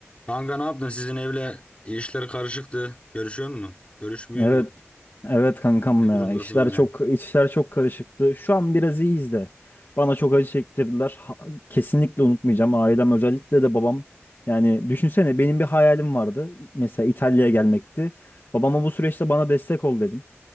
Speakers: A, on the left; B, on the left.
A: Kanka ne yaptın? Sizin evle işler karışıktı. Görüşüyor musun? Görüşmüyor
B: Evet.
A: musun?
B: Evet kankam
A: Ne
B: ya.
A: durumdasın
B: İşler
A: yine?
B: çok işler çok karışıktı. Şu an biraz iyiyiz de. Bana çok acı çektirdiler. Ha- kesinlikle unutmayacağım. Ailem özellikle de babam. Yani düşünsene benim bir hayalim vardı. Mesela İtalya'ya gelmekti. Babama bu süreçte bana destek ol dedim.